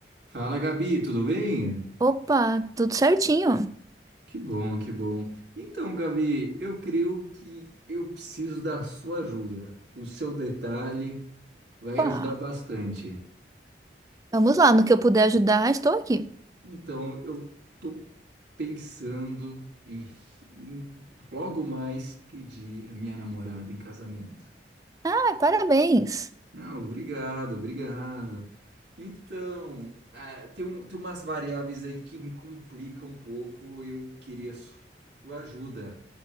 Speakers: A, on the right (about 80°); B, on the right (about 20°).
A: Fala, Gabi, tudo bem?
B: Opa, tudo certinho.
A: Que bom, que bom. Então, Gabi, eu creio que eu preciso da sua ajuda. O seu detalhe vai
B: Opa,
A: ajudar bastante.
B: vamos lá, no que eu puder ajudar, estou aqui.
A: Então, eu tô pensando em, em logo mais pedir a minha namorada em casamento.
B: Ah, parabéns.
A: Ah, obrigado, obrigado. Então, ah, tem, um- tem umas variáveis aí que me complicam um pouco. Eu queria su- sua ajuda.